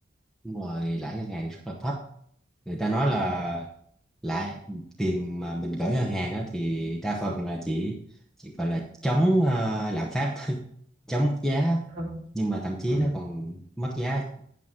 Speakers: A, in the centre; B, on the right.
A: đúng rồi lãi ngân hàng rất là thấp người ta nói
B: Ừ.
A: là lãi tiền mà mình gửi ngân hàng á, thì đa phần là chỉ chỉ gọi là chống à, lạm phát <laughs> chống mất giá
B: Ừ.
A: nhưng mà thậm chí
B: Ừ.
A: nó còn mất giá